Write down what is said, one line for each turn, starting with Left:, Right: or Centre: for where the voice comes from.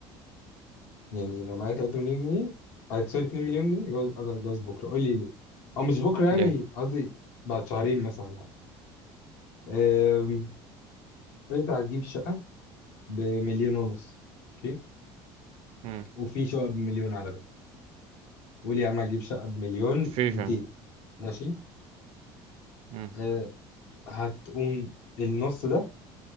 Left: يعني لو معايا 3 مليون جنيه آه، سوري 2 مليون جنيه جوز اقدر اتجوز بكره قول لي ليه او مش بكره يعني
Right: yeah.
Left: قصدي بعد شهرين مثلا يعني. أم، انت هتجيب شقه بمليون ونص اوكي
Right: مم.
Left: وفي شقه بمليون على فكره قول يا عم هجيب شقه بمليون
Right: في
Left: 200
Right: فعلا
Left: ماشي
Right: مم.
Left: أه هتقوم النص ده